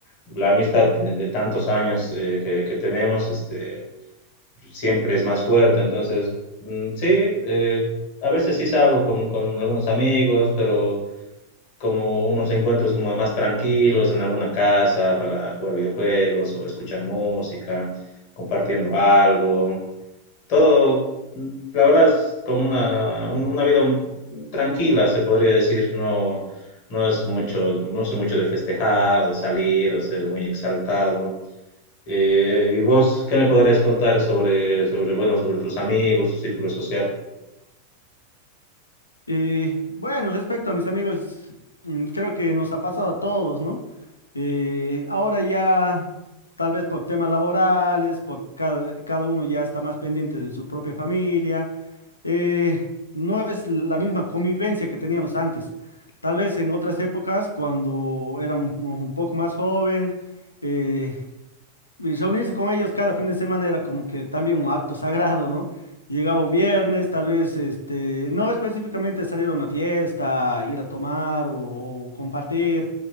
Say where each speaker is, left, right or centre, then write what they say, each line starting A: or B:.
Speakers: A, on the left; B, on the left.
A: la amistad de, de tantos años eh, que, que tenemos este, siempre es más fuerte. Entonces, mm, sí, eh, a veces sí salgo con, con algunos amigos, pero como unos encuentros ma- más tranquilos en alguna casa para jugar videojuegos o escuchar música, compartiendo algo todo, la verdad es como una, un- una vida un- tranquila, se podría decir, no, no es mucho, no sé mucho de festejar o de salir o ser muy exaltado. Eh, ¿y vos qué me podrías contar sobre, sobre, bueno, sobre tus amigos, tu círculo social?
B: Y bueno, respecto a mis amigos, mm, creo que nos ha pasado a todos, ¿no? Eh, ahora ya, tal vez por temas laborales, por cada, cada uno ya está más pendiente de su propia familia, eh, no es la misma convivencia que teníamos antes. Tal vez en otras épocas, cuando éramos un poco más joven, eh, y reunirse con ellos cada fin de semana era como que también un acto sagrado, ¿no? Llegaba un viernes, tal vez, este, no específicamente salir a una fiesta, ir a tomar o, o compartir,